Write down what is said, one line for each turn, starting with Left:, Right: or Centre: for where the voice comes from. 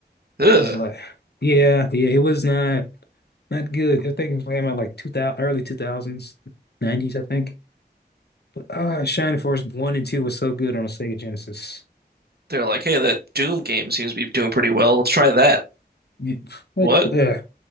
Right: Ugh.
Left: That's like, yeah, yeah, it was not not good. I think it came out like 2000, early 2000s, 90s, I think. But, ah, Shining Force 1 and 2 was so good on a Sega Genesis.
Right: They're like, hey, that Doom game seems to be doing pretty well. Let's try that.
Left: It, like,
Right: What?
Left: uh,